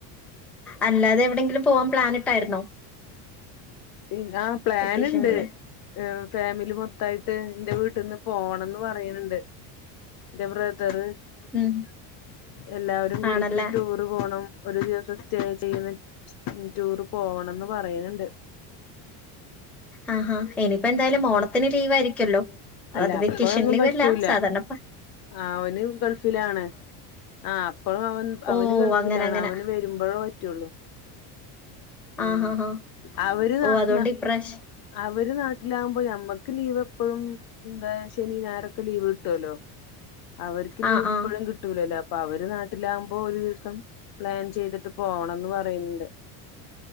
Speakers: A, in the centre; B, on the left (about 45°).
A: അല്ലാതെ എവിടെങ്കിലും പോവാൻ പ്ലാനിട്ടാരുന്നൊ?
B: പി ആ പ്ലാന്ണ്ട്.
A: വെക്കേഷനില്
B: ഫാമിലി മൊത്താ യിട്ട് എന്റെ വീട്ടിൽന്ന് പോണംന്ന് പറയ ണുണ്ട്. എന്റെ ബ്രദറ്
A: ഉം
B: എല്ലാവരും കൂടിട്ട്
A: ആണല്ലേ
B: ഒര് ടൂർ ടൂർ പോണം ഒരു ദിവസം സ്റ്റേ ചെയ്യുന്ന ടൂർ പോകണംന്ന് പറയ് ണുണ്ട്.
A: ആഹഹാ ഇനിപ്പൊ എന്തായാലും ഓണത്തിന് ലീവ് ആയിരിക്കല്ലോ.
B: അല്ല
A: അത്
B: അപ്പഴൊന്നും
A: വെക്കേഷൻ ലീവല്ല
B: പറ്റൂല
A: സാധാരണപ്പ
B: അവന് ഗൾഫിലാണ് അ പ്പൊ
A: ഓ
B: അവൻ ഗൾഫിലാണ്
A: അങ്ങനെ അങ്ങനെ.
B: അവന് വരുമ്പൊ ഴേ പറ്റുള്ളൂ. ഉം
A: ആഹ ആാ ആാ
B: അവര് ന
A: ഓ അതുകൊണ്ട്
B: ന
A: ഇപ്രാശ്
B: അവര് നാട്ടിലാകുമ്പോ ഞ മ്മക്ക് ലീവ് എപ്പഴും എന്താ ശനി ഞായ റൊ ക്കെ ലീവ് കിട്ടുവല്ലോ അവർക്ക് ലീവ്
A: ആ
B: എപ്പഴും
A: ആ.
B: കിട്ട് കിട്ടൂലല്ലഅപ്പൊ അവര് നാട്ടിലാകുമ്പോ ഒരു ദിവസം പ്ലാൻ ചെയ്തിട്ട് പോണോ ന്ന് പറയണ് ണ്ട്.